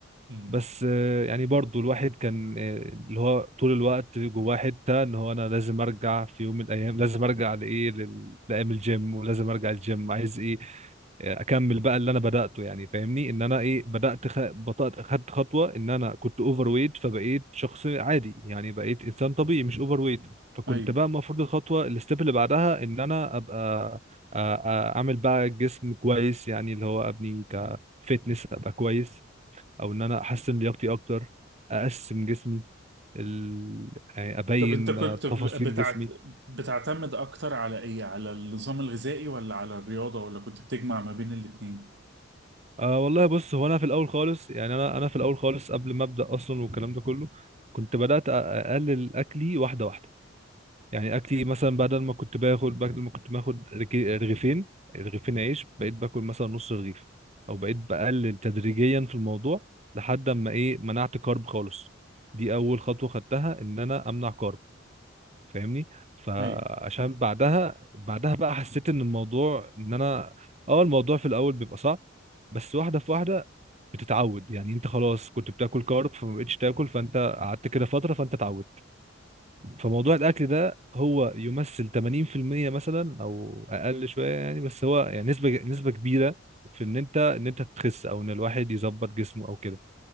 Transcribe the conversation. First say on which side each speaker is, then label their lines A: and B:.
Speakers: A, on the right; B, on the right.
A: مم.
B: بس آه، يعني برضو الواحد كان آه، اللي هو طول الوقت جواه حتة ان هو انا لازم ارجع في يوم من الايام لازم ارجع لايه لل- لايام الجيم ولازم ارجع الجيم عايز ايه آه، اكمل بقى اللي انا بدأته يعني فاهمني ان انا ايه بدأت خ... بطأت خدت خطوة ان انا كنت اوفر ويت فبقيت شخص عادي يعني بقيت انسان طبيعي مش اوفر ويت فكنت
A: ايوه
B: بقى المفروض الخطوة الستيب اللي بعدها ان انا ابقى آ- آ- اعمل بقى جسم كويس يعني اللي هو ابني كفتنس ابقى كويس او ان انا احسن لياقتي اكتر اقسم جسمي ال... يعني ابين
A: طب انت كنت
B: آه،
A: ب-
B: تفاصيل
A: بتعت...
B: جسمي
A: بتعتمد اكتر على ايه على النظام الغذائي ولا على الرياضة ولا كنت بتجمع ما بين الاتنين
B: أه والله بص هو انا في الاول خالص يعني انا انا في الاول خالص قبل ما ابدا اصلا والكلام ده كله كنت بدات أ- اقلل اكلي واحده واحده يعني اكلي مثلا بدل ما كنت باخد بدل ما كنت باخد رك- رغيفين رغيفين عيش بقيت باكل مثلا نص رغيف او بقيت بقلل تدريجيا في الموضوع لحد اما ايه منعت كارب خالص دي اول خطوه خدتها ان انا امنع كارب فاهمني فعشان
A: ايوه
B: بعدها بعدها بقى حسيت ان الموضوع ان انا اه الموضوع في الاول بيبقى صعب بس واحده في واحده بتتعود يعني انت خلاص كنت بتاكل كارب فما بقتش تاكل فانت قعدت كده فتره فانت اتعودت فموضوع الاكل ده هو يمثل 80% مثلا او اقل شويه يعني بس هو يعني نسبه نسبه كبيره في ان انت ان انت تخس او ان الواحد يظبط جسمه او كده